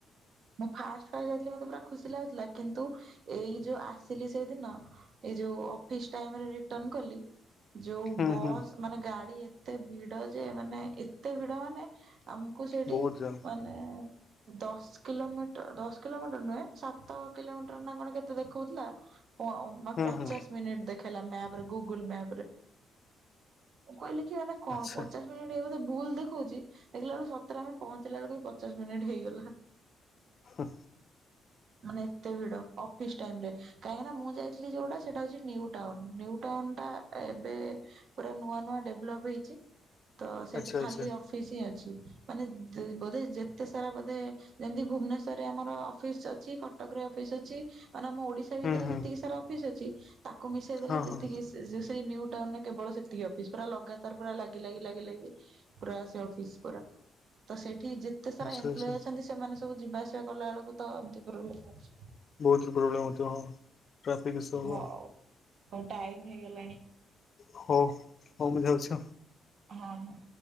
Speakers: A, on the right; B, on the left.
A: ମୁଁ ଫାଷ୍ଟ ଫାଷ୍ଟ ଯାଇଥିଲି ମତେ ପୁରା ଖୁସି ଲାଗୁଥିଲା। କିନ୍ତୁ ଏଇ ଯୋଉ ଆ ସିଲି ସେଇଦିନ। ଏଇ ଯୋଉ ଅଫିସ ଟାଇମ ରେ ରିଟର୍ନ କଲି ଯୋଉ
B: ହୁଁ
A: ବସ୍
B: ହୁଁ
A: ମାନେ ଗାଡ଼ି ଏତେ ଭିଡ଼ ଯେ ମାନେ ଏତେ ଭିଡ଼ ମାନେ ଆମକୁ ସେଠି
B: ବହୁତ ଯାମ୍
A: ମାନେ ଦଶ କିଲୋମିଟର ଦଶ କିଲୋମିଟର ନୁହେଁ ସାତ କିଲୋମିଟର ନା କଣ କେତେ ଦେଖଉଥିଲା ପ-ପଚାଶ
B: ହୁଁ ହୁଁ
A: ମିନିଟ ଦେଖେଇଲା ମ୍ୟାପରେ ଗୁଗୁଲ ମ୍ୟାପରେ। ମୁଁ କହିଲି କି ମାନେ କଣ
B: ଆଚ୍ଛା
A: ପଚାଶ ମିନିଟ୍ ବୋଧେ ଭୁଲ ଦେଖଉଛି ଦେଖିଲା ବେଳକୁ ସତରେ ଆମେ ପହଞ୍ଚିଲା ବେଳକୁ ବି ପଚାଶ ମିନିଟ୍ ହେଇଗଲା।
B: ହଁ।
A: ମାନେ ଏତେ ଭିଡ଼ ଅଫିସ ଟାଇମ ରେ। କାହିଁକିନା ମୁଁ ଯାଇଥିଲି ଯୋଉଟା ସେଇଟା ହଉଛି ନିଉ ଟାଉନ। ନିଉ ଟାଉନ ଟା ଏବେ ପୁରା ନୂଆ ନୂଆ ଡେଭଲପ୍ ହେଇଛି, ତ ସେଇଠି
B: ଆଚ୍ଛା
A: ଖାଲି
B: ଆଚ୍ଛା
A: ଅ ଫିସ ହିଁ ଅଛି। ମାନେ ବୋଧେ ଯେତେ ସାରା ବୋଧେ ଯେମତି ଭୁବନେଶ୍ଵରରେ ଆମର ଅଫିସ ଅଛି, କଟକରେ ଅଫିସ ଅଛି ମାନେ ଆମ ଓଡିଶା
B: ହୁଁ
A: ଭିତରେ
B: ହୁଁ
A: ଯେତିକି ସାରା ଅଫିସ୍ ଅଛି, ତାକୁ ମିଶେଇ ଦେଲେ
B: ହଁ
A: ଯେତିକି
B: ହଁ
A: ସେଇ ନିଉ ଟାଉନରେ କେବଳ ସେ ତିକି ଅଫିସ। ପୁରା ଲଗାଦାର ପୁରା ଲାଗି- ଲାଗି- ଲାଗି -ଲାଗି ପୁରା ସେ ଅଫିସ ପୁରା। ତ ସେଇଠି ଯେତେ ସାରା
B: ଆଚ୍ଛା
A: ଏମ୍ପ୍ଲୋଏ
B: ଆଚ୍ଛା
A: ଅଛନ୍ତି ସେମାନେ ସବୁ ଯିବା ଆସିବା କଲା ବେଳକୁ ତ ଏମତି ପ୍ରୋବ୍ଲେମ ହଉଛି।
B: ବହୁତ ପ୍ରୋବ୍ଲେମ ହଉଥିବ ଟ୍ରାଫିକ ଇସୁ
A: ହଉ
B: ହବ।
A: ହଉ ଟାଇମ ହେଇଗଲାଣି।
B: ହଉ ହଉ ମୁଁ ଯାଉଚି ଆଉ।
A: ହଁ ହଁ।